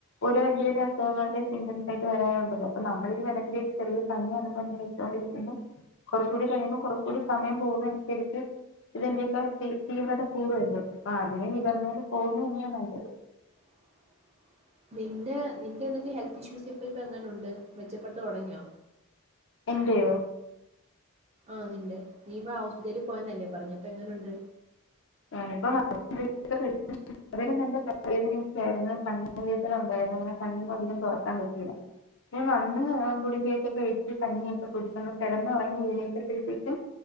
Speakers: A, on the left; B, on the right.
A: ഓര വല വലിയ അസുഖങ്ങളുടെ സിംസ്യിട്ട് വരാറുണ്ടല്ലോ അപ്പ നമ്മിത് വരെങ്ക ഒരു ചെറിയ പനിയാണ പറഞ്ഞ വെച്ചോ കുറച്ച കൂടി കഴിയും കുറച്ച കൂടി സമയം പോകുന്ന അനുസരിച്ച് ഇതെന്റെറെയൊക്കെ തീവ്രത കൂടുല്ലോ അപ്പൊ അതിനന് നീ പറഞ്ഞ പോത് പോകുന്ന തന്നെയാ നല്ലത്
B: <inaudible> നിന്റെ നിന്റെ എന്നന്തക്കത്തെ ഹെൽത്ത് ഇഷ്യൂസ് ഇപ്പ ഇപ്പ എങ്ങനെ ഉണ്ട് മെച്ചപ്പെട്ട തുടങ്ങിയോ
A: എന്തയോ
B: ആ്ന്നല്ലേ നീ ഇപ്പ ഹോസ്പിറ്റലിൽ പോയന്നല്ലേ പറഞ്ഞപ്പ എങ്ങനുണ്ട്
A: ാനിപ്പ കഴ അവരെം തന്റെ തവേദനച്ചയായിരുന്നു കണ്ണുവേദന ഉണ്ടായിരരുന്നു അങ്ങനെ കണ്ണിനന്നും അധികം തുറക്കാൻ പറ്റിയില്ല പക്ഷെ വന്ന് ഗുളികൊക്കൊക്കെഴിച്ച് കഞ്ഞിയൊക്കെ കുടിച്ചന്ന് കിടന്നുറങ്ങി ഇതിനേത്തപ്പോഴത്തേക്കും